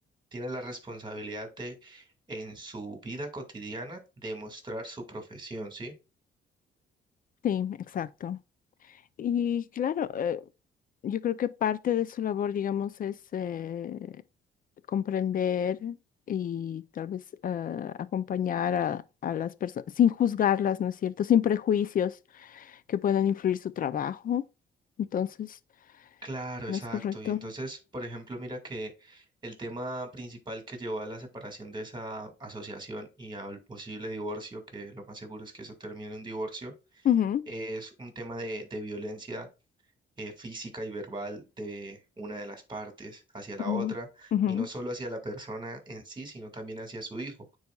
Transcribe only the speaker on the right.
tiene la responsabilidad de en su vida cotidiana demostrar su profesión, ¿sí?
Claro,
exacto.
Y entonces, por ejemplo, mira que el tema principal que llevó a la separación de esa asociación y al posible divorcio, que lo más seguro es que eso termine en un divorcio,
es un tema de, de violencia eh, física y verbal de una de las partes hacia la
otra,
y no solo hacia la persona en sí, sino también hacia su hijo.